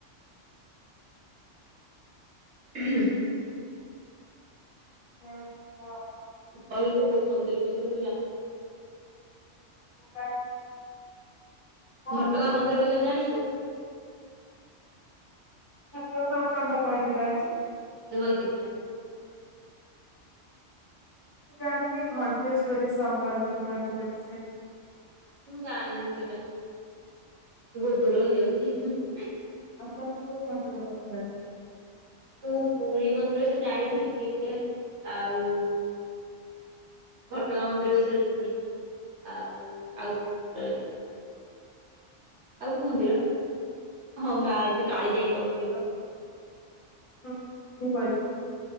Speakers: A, on the right (about 65°); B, on the left (about 45°).
A: <inaudible>
B: ହଁ ହଁ।
A: କହିଲୁ କୋଉ ମନ୍ଦିର ବିଷୟରେ ତୁ ଜାଣିନୁ।
B: <inaudible> ହୁଁ।
A: ଘଟଗାଁ ମନ୍ଦିର ବିଷୟରେ ଜାଣିଛୁ?
B: ଘଟଗାଁ ତମ୍ କହିଲି ବା ଆଜି।
A: ତତେ କହିଥିନି ଆଜି।
B: ମୁଁ ଜାଣିନି ଘଣ୍ଟେଶ୍ଵରୀ ସମ୍ବଲପୁର ମନ୍ଦିର ବିଷୟରେ।
A: ମୁଁ ଜାଣିନି ସେଇଟା ବହୁତ ଦୂର ହେଇଯାଉଛି।
B: ତମକୁ <unintelligible>
A: ମୁଁ ପୁରୀ ମନ୍ଦିର ବିଷୟରେ ଜାଣିଥିଲି ଟିକେ ଟିକେ ଆଉ ଘଟଗାଁ ମନ୍ଦିର ବିଷୟରେ ଜାଣିଛି ଆଉ ଆଉ କୋଉ ମନ୍ଦିର ରହିଲା ଆଉ କୋଉ ମନ୍ଦିର ହଁ ମା କାଳିଜାଇଙ୍କ ମନ୍ଦିର
B: ହଁ ମୁଁ କହିଥିଲି